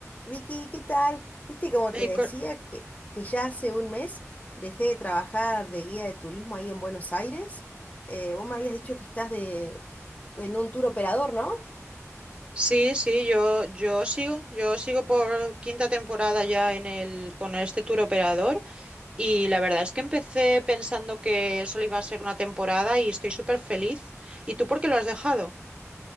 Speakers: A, on the left (about 30°); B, on the right (about 20°).
A: Vicky, ¿qué tal? Viste, como
B: Y
A: te decía,
B: co-
A: que, que ya hace un mes dejé de trabajar de guía de turismo ahí en Buenos Aires. Eh, vos me habías dicho que estás de, en un tour operador, ¿no?
B: Sí, sí, yo, yo sigo, yo sigo por quinta temporada ya en el, con este tour operador y la verdad es que empecé pensando que solo iba a ser una temporada y estoy súper feliz. ¿Y tú por qué lo has dejado?